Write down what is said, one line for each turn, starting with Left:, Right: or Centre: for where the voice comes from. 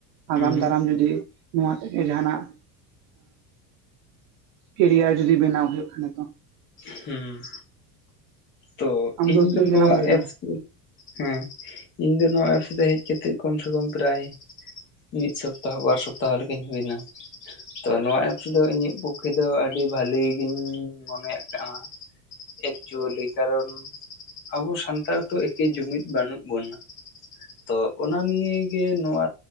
Right: ᱟᱜᱟᱢ
Left: ᱦᱩᱸ
Right: ᱫᱟᱨᱟᱢ ᱡᱩᱫᱤ ᱱᱚᱣᱟ ᱛᱮᱜᱮ ᱡᱟᱸᱦᱟᱱᱟᱜ ᱠᱮᱨᱤᱭᱟᱨ ᱡᱩᱫᱤ ᱵᱮᱱᱟᱣ ᱦᱩᱭᱩᱜ ᱠᱷᱟᱱᱮ ᱫᱚ᱾
Left: ᱦᱩᱸ, ᱛᱚ
Right: ᱟᱢ
Left: ᱤᱧ
Right: ᱩᱛᱩᱧ
Left: ᱫᱚ ᱱᱚᱣᱟ
Right: ᱡᱟᱱᱟᱢ ᱦᱩᱭ ᱟᱠᱟᱱᱟ
Left: ᱮᱯᱥ ᱫᱚ ᱦᱮᱸ ᱤᱧ ᱫᱚ ᱱᱚᱣᱟ ᱮᱯᱥ ᱨᱮ ᱦᱮᱡ ᱠᱟᱛᱮᱫ ᱠᱚᱢ ᱥᱮ ᱠᱚᱢ ᱯᱨᱟᱭ ᱢᱤᱫ ᱥᱚᱯᱛᱟᱦᱚ ᱵᱟᱨ ᱥᱚᱯᱛᱟᱦᱚ ᱞᱮᱠᱟᱧ ᱦᱩᱭ ᱱᱟ᱾ ᱛᱚ ᱱᱚᱣᱟ ᱮᱯᱥ ᱫᱚ ᱤᱧᱟᱜ ᱯᱚᱠᱠᱷᱮ ᱫᱚ ᱟᱹᱰᱤ ᱵᱷᱟᱞᱤ ᱜᱤᱧ ᱢᱚᱱᱮᱭᱟᱜ ᱠᱟᱱᱟ᱾ ᱮᱠᱪᱩᱭᱮᱞᱤ ᱠᱟᱨᱚᱱ ᱟᱵᱚ ᱥᱟᱱᱛᱟᱲ ᱛᱚ ᱮᱠᱮ ᱡᱩᱢᱤᱫ ᱵᱟᱹᱱᱩᱜ ᱵᱚᱱᱟ᱾ ᱛᱚ ᱚᱱᱟ ᱱᱤᱭᱮ ᱜᱮ ᱱᱚᱣᱟ